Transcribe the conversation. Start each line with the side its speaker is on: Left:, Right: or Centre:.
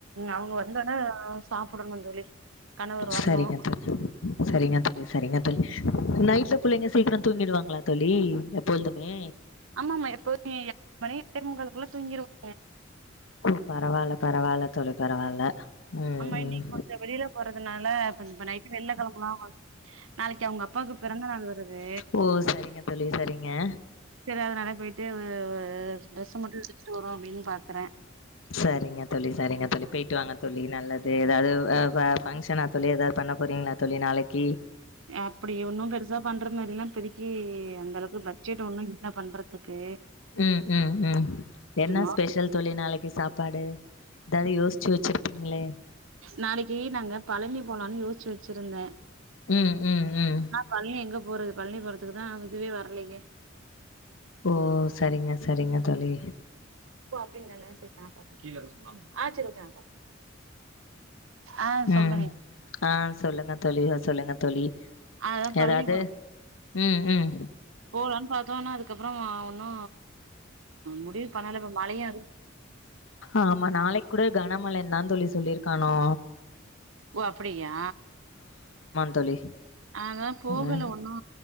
Right: அவங்க வந்தாதா சாப்டனு தோழி கணவர்
Left: செரிங்க
Right: வரணு
Left: தோழி செரிங்க தோழி செரிங்க தோழி நைட்ல பிள்ளைங்க சீக்கிர தூங்கிடுவாங்களா தோழி எப்பொழுதுமே
Right: ஆமாமமா எப்போதுமே எட்டு மணி எட்டே முக்காலக்குள்ள தூங்கிருவாய்ங்க
Left: ஓ பரவால்ல பரவால்ல தோழி பரவால்ல ம்
Right: ஆமா
Left: ம்
Right: இன்னைக்கு கொஞ்சோ வெளியில போறதுனால கொஞ்சோ இப்ப நைட்டு வெளில கெழம்பலா நாளைக்கு அவங்க அப்பாக்கு பெறந்த நாள் வருது
Left: ஓ சரிங்க தோழி சரிங்க
Right: சரி அததுனால போயிட்டு டிரெஸ்ஸு மட்டு <unintelligible> வருவோ அப்டின்னு பாக்குறே
Left: செரிங்க தோழி செரிங்க தோழி பேய்ட்டு வாங்க தோழி நல்லது எதாவ்து அ வ ஃபங்ஷனா தோழி எதாவ்து பண்ண போறீங்ளா தோழி நாளக்கி
Right: அப்டி ஒன்னு பெரு சா பண்ற மாரிலா இப்பதிக்கி அந்தளக்கு பட்ஜெட் ஒன்னு இல்ல பண்றதுக்கு
Left: ம் ம் ம் என்ன
Right: சும்மா
Left: ஸ்பெஷல் தோழி நாளக்கி சாப்பாடு எதாவ்து யோச்சு வச்சிருப்பீங்ளே
Right: நாளக்கி நாங்க பழனி போலான் யோச்சு வச்சிருந்தே
Left: ம் ம் ம்
Right: பழ்னி எங்க போறது பழ்னி போறதுக்குதா இதுவே வர்லயே
Left: ஓ சரிங்க சரிங்க தோழி
Right: ஓ அப்படிங்க அண்ணா சரி நா பாத்துக்குர ஆ சரி ஓகே நா பாத் ஆ சொல்லுங்க
Left: ம் ஆ சொல்லுங்க தோழி சொல்லுங்க தோழி
Right: அதா பழனி
Left: எதாது ம் ம்
Right: போலான் பாத்தோ ஆனா அதுக்கப்றோ ஒன்னு முடிவு பண்ணல ப்ப மழயாரு
Left: ஆமா நாளைக் கூட கனமழைந்தா தோழி சொல்லிருக்கானோ
Right: ஓ அப்பிடியா
Left: தோழி
Right: அதா போகல
Left: அ.
Right: ஒன்னு